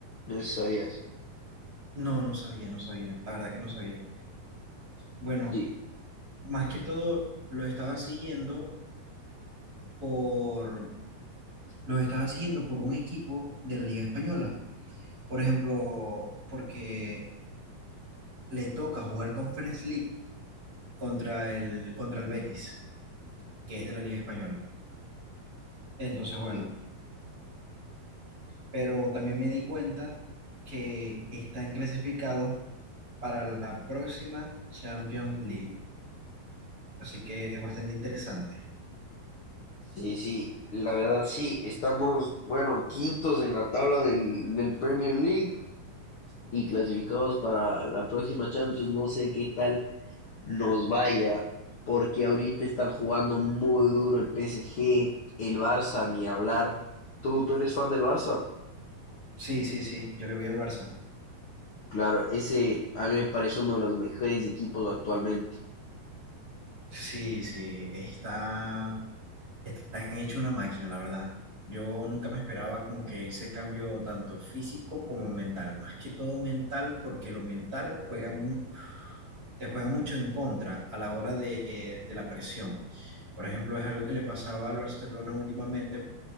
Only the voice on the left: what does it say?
No sé si sabías.
Sí,
claro.
sí, sí. La verdad, sí, estamos, bueno, quintos en la tabla del, del Premier League y clasificados para la próxima Champions. No sé qué tal nos vaya, porque ahorita están jugando muy duro el PSG, el Barça, ni hablar. ¿Tú, tú eres fan del Barça?
Claro, ese a mí me parece uno de los mejores equipos actualmente.